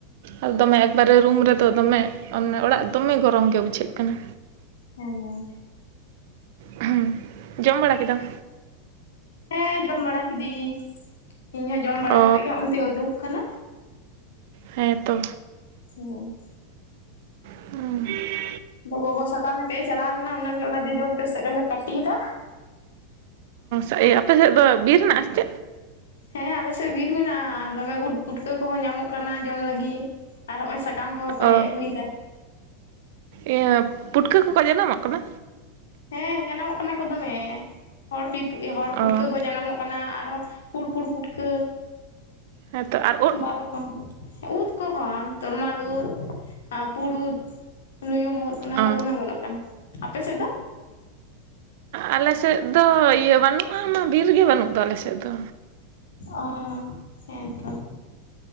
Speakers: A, on the right; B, on the left.
A: ᱟᱨ ᱫᱚᱢᱮ ᱮᱠᱵᱟᱨᱮ ᱨᱩᱢ ᱨᱮᱫᱚ ᱫᱚᱢᱮ ᱚᱲᱟᱜ ᱫᱚᱢᱮ ᱜᱚᱨᱚᱢ ᱜᱮ ᱵᱩᱡᱷᱟᱹᱜ ᱠᱟᱱᱟ᱾
B: ᱦᱮᱸᱻ
A: ᱦᱩᱸ ᱡᱚᱢ ᱵᱟᱲᱟ ᱠᱮᱫᱟᱢ?
B: ᱦᱮᱸ ᱡᱚᱢ ᱵᱟᱲᱟ ᱠᱤᱫᱮᱧ, ᱤᱧ ᱦᱚᱸ ᱡᱚᱢ ᱵᱟᱲᱟ
A: ᱚ
B: ᱠᱟᱛᱮᱜ ᱜᱮ ᱦᱚᱜᱚᱱᱛᱮᱧ ᱩᱰᱩᱠ ᱟᱠᱟᱱᱟ᱾
A: ᱦᱮᱸ ᱛᱚ,
B: <unintelligible>
A: <unintelligible>
B: ᱟᱫᱚ ᱜᱚᱜᱚ ᱥᱟᱠᱟᱢ ᱦᱮᱴᱮᱡ ᱮ ᱪᱟᱞᱟᱣ ᱞᱮᱱᱟ ᱚᱱᱟᱜᱮ ᱚᱱᱟ ᱡᱚᱡᱚᱢ ᱩᱴᱟᱹ ᱥᱮᱫ ᱨᱮᱞᱮ ᱯᱴᱤᱭᱮᱫᱟ᱾
A: ᱚ ᱤᱭᱟᱹ ᱟᱯᱮ ᱥᱮᱫ ᱫᱚ ᱵᱤᱨ ᱥᱮ ᱪᱮᱫ?
B: ᱦᱮᱸ ᱟᱞᱮᱥᱮᱫ ᱵᱤᱨ ᱢᱮᱱᱟᱜᱼᱟ, ᱫᱚᱢᱮ ᱩᱫ ᱯᱩᱴᱠᱟᱹ ᱠᱚᱦᱚᱸ ᱧᱟᱢᱚᱜ ᱠᱟᱱᱟ ᱡᱚᱢ ᱞᱟᱹᱜᱤᱫ, ᱟᱨ ᱦᱚᱸᱜ ᱚᱚᱭ ᱥᱟᱠᱟᱢ ᱠᱚᱦᱚᱸ ᱠᱚ
A: ᱚ
B: ᱦᱮᱡ ᱟᱹᱜᱩᱭᱮᱫᱟ᱾
A: ᱤᱭᱟᱹ ᱯᱩᱴᱠᱟᱹ ᱠᱚᱠᱚ ᱡᱟᱱᱟᱢᱚᱜ ᱠᱟᱱᱟ?
B: ᱦᱮᱸ ᱡᱟᱱᱟᱢᱚᱜ ᱠᱟᱱᱟ ᱠᱚ ᱫᱚᱢᱮ, ᱦᱚᱲ ᱯᱤᱴ ᱦᱚᱲ ᱯᱩᱴᱠᱟᱹ
A: ᱚ
B: ᱠᱚ ᱡᱟᱱᱟᱢᱚᱜ ᱠᱟᱱᱟ, ᱟᱨᱚ ᱯᱩᱲ ᱯᱩᱲ ᱯᱷᱩᱴᱠᱟᱹ,
A: ᱦᱮᱸ ᱛᱚ ᱟᱨ <unintelligible>
B: ᱵᱟᱨ ᱨᱚᱠᱚᱢ ᱩᱫᱽ ᱠᱚᱦᱚᱸ ᱛᱚᱨᱢᱟᱞ ᱩᱫ ᱟᱨ ᱯᱩᱸᱲ ᱩᱫᱽ, ᱞᱩᱭᱩᱢ ᱩᱫ ᱚᱱᱟ
A: ᱚ
B: ᱠᱚ ᱫᱚᱢᱮ ᱚᱢᱚᱱᱚᱜ ᱠᱟᱱᱟ᱾ ᱟᱯᱮ ᱥᱮᱫ ᱫᱚ?
A: ᱟᱞᱮ ᱥᱮᱫ ᱫᱚ ᱤᱭᱟᱹ ᱵᱟᱹᱱᱩᱜᱼᱟ ᱢᱟ ᱵᱤᱨᱜᱮ ᱵᱟᱹᱱᱩᱜ ᱫᱚ ᱟᱞᱮ ᱥᱮᱫ ᱫᱚ᱾
B: ᱚ ᱦᱮᱸᱛᱚ᱾